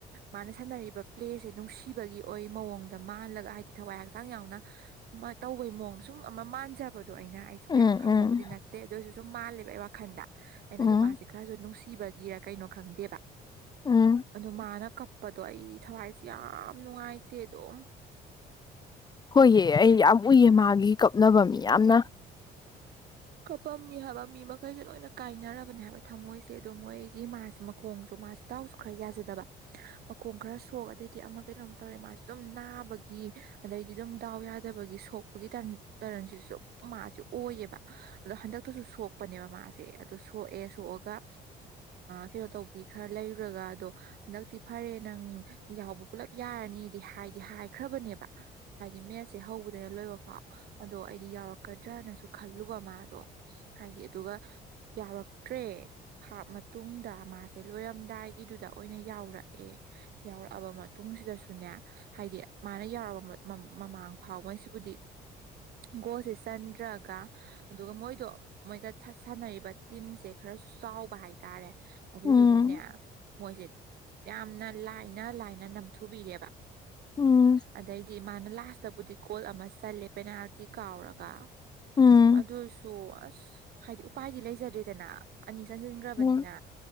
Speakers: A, on the right; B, on the left.
A: ꯃꯥꯅ ꯁꯥꯟ ꯄ꯭ꯂꯦ ꯅꯨꯡ ꯒꯤ ꯑꯣꯏ ꯃꯑꯣꯡꯗ ꯃꯜꯂꯒ ꯍꯥꯏꯗꯤ ꯊꯋꯥꯏ ꯍꯛꯆꯥꯡ ꯌꯥꯎꯅ ꯇꯧꯕꯒꯤ ꯃꯑꯣꯡꯗ ꯁꯨꯝ ꯑꯃ ꯃꯥꯟꯖꯕ ꯑꯗꯣ ꯑꯩꯅ ꯑꯩꯁꯨ
B: ꯎꯝ
A: ꯀꯌꯥꯝ ꯈꯪꯕꯕꯨꯗꯤ
B: ꯎꯝ
A: ꯅꯠꯇꯦ ꯑꯗꯨ ꯑꯣꯏꯁꯨ ꯁꯨꯝ ꯃꯥꯜꯂꯦꯕ ꯑꯩ ꯋꯥꯈꯟꯗ ꯑꯩꯅꯁꯨ
B: ꯎꯝ
A: ꯃꯥꯁꯦ ꯈꯔꯁꯨ ꯅꯨꯡꯁꯤ ꯊꯤꯕꯒꯤꯔ ꯀꯩꯅꯣ ꯈꯪꯗꯦꯕ
B: ꯎꯝ
A: ꯑꯣ ꯃꯥꯅ ꯀꯞꯄꯗꯣ ꯑꯩ ꯊꯋꯥꯏꯁꯦ ꯌꯥꯝ ꯉꯥꯏꯇꯦꯗꯣ
B: ꯍꯣꯏꯑ ꯑꯩ ꯌꯥꯝ ꯎꯏꯌꯦ ꯃꯥꯒꯤ ꯀꯞꯅꯕ ꯃꯤ ꯌꯥꯝꯅ
A: ꯀꯄꯝꯅꯤ ꯍꯥꯏꯕ ꯃꯤ ꯃꯈꯩꯁꯦ ꯂꯣꯏꯅ ꯀꯥꯏꯅꯔꯕꯅꯦ ꯍꯥꯏꯕ ꯊꯝꯃꯣꯏꯁꯦ ꯑꯗꯨꯗꯣ ꯃꯣꯏꯒꯤ ꯃꯥꯁꯦ ꯃꯈꯣꯡꯁꯨ ꯃꯥꯁꯦ ꯗꯥꯎꯁꯨ ꯈꯔ ꯌꯥꯖꯗꯕ ꯃꯈꯣꯡ ꯈꯔ ꯁꯣꯛ ꯑꯗꯩꯗꯤ ꯑꯃ ꯀꯩꯅꯣꯝ ꯇꯧꯔꯦ ꯃꯥꯁꯤ ꯑꯗꯨꯝ ꯅꯥꯕꯒꯤ ꯒꯤ ꯑꯗꯩꯗꯤ ꯑꯗꯨꯝ ꯗꯥꯎ ꯌꯥꯗꯕꯒꯤ ꯁꯣꯛꯄꯒꯤ ꯇꯔꯟꯁꯤꯁꯨ ꯃꯥꯁꯨ ꯑꯣꯏꯌꯦꯕ ꯑꯗꯣ ꯍꯟꯗꯛꯇꯁꯨ ꯁꯣꯛꯄꯅꯦꯕ ꯃꯥꯁꯦ ꯑꯗꯣ ꯁꯣꯛꯑꯦ ꯁꯣꯛꯑꯒ ꯀꯩꯅꯣ ꯇꯧꯕ ꯈꯔ ꯂꯩꯔꯨꯔꯒ ꯑꯗꯣ ꯍꯟꯗꯛꯇꯤ ꯐꯔꯦ ꯅꯪ ꯌꯥꯎꯕ ꯄꯨꯂꯞ ꯌꯥꯔꯅꯤ ꯍꯥꯏꯗꯤ ꯍꯥꯏꯈ꯭ꯔ ꯍꯥꯏ ꯃꯦ ꯍꯧꯕ ꯐ ꯑꯣꯗꯤ ꯌꯥꯎꯔꯅ ꯑꯗꯨꯒ ꯃꯥꯗꯣ ꯍꯥꯏꯗꯤ ꯑꯗꯨꯒ ꯌꯥꯎꯔꯛꯇ꯭ꯔꯦ ꯍꯥꯞ ꯃꯇꯨꯡꯗ ꯃꯥꯁꯦ ꯂꯣꯏꯔꯝꯗꯥꯏꯒꯤꯗꯨꯗ ꯑꯣꯏꯅ ꯌꯥꯎꯔꯛꯑꯦ ꯌꯥꯎꯔꯛꯑꯕ ꯃꯇꯨꯡ ꯨꯡ ꯁꯤꯗꯁꯨꯅꯦ ꯍꯥꯏꯗꯤ ꯃꯥꯅ ꯌꯥꯎꯔꯕ ꯃꯃꯥꯡ ꯐꯥꯎꯉꯩꯁꯤꯕꯨꯗꯤ ꯒꯣꯁꯦ ꯆꯟꯗ꯭ꯔꯒ ꯑꯗꯨꯒ ꯃꯣꯏꯗꯣ ꯃꯣꯏꯒ ꯁꯥꯟꯅꯔꯤꯕ ꯇꯤꯝꯁꯦ ꯈꯔꯁꯨ ꯆꯥꯎꯕ ꯍꯥꯏꯇꯥꯔꯦ ꯑꯗꯨꯗꯨꯅꯅꯦ
B: ꯎꯝ
A: ꯃꯣꯏꯁꯦ ꯌꯥꯝꯅ ꯂꯥꯏꯅ ꯂꯥꯏꯅ ꯅꯝꯊꯨꯕꯤꯔꯦꯕ
B: ꯎꯝ
A: ꯑꯗꯩꯗꯤ ꯃꯥꯅ ꯂꯥꯁꯇꯕꯨꯗꯤ ꯒꯣꯜ ꯑꯃ ꯆꯜꯂꯦ ꯄꯦꯅꯥꯜꯇꯤ ꯀꯥꯎꯔꯒ
B: ꯎꯝ
A: ꯑꯗꯨꯁꯨ ꯑꯁ ꯍꯥꯏꯗꯤ ꯎꯄꯥꯏꯗꯤ ꯂꯩꯖꯗ꯭ꯔꯦꯗꯅ ꯑꯅꯤ ꯆꯟꯁꯤꯟꯈ꯭ꯔꯕꯅꯤꯅ
B: ꯍꯣꯏ